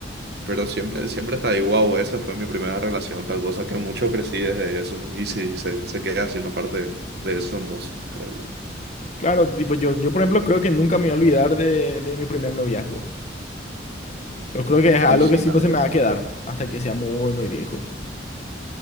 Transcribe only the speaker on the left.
Claro, tipo, yo, yo, por ejemplo, creo que nunca me voy a olvidar de, de mi primer noviazgo. Yo creo que es algo
que sí
pues, se me va a quedar hasta que sea muy, muy viejo.